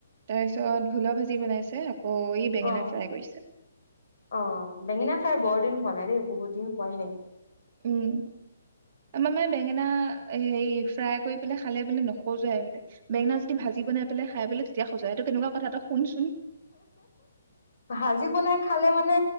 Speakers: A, on the right; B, on the left.
A: তাৰপিছত ভোলৰ ভাজি বনাইছে। আকৌ ই বেঙেনা
B: অ
A: ফ্ৰাই কৰিছে
B: অ বেঙেনা খাই বৰদিন হয় নাই দেই বহুত দিন খোৱাই নাই।
A: উম আমাৰ মানে বেঙেনা হেৰি ফ্ৰাই কৰি পেলাই খালে বোলে নখজোৱাই বোলে বেঙেনা যদি ভাজি ভাজি বনাই পেলাই খাই বোলে, তেতিয়া খজোৱাই এইটো কেনেকুৱা কথা তই শুনচোন।
B: ভাজি বনাই খালে মানে,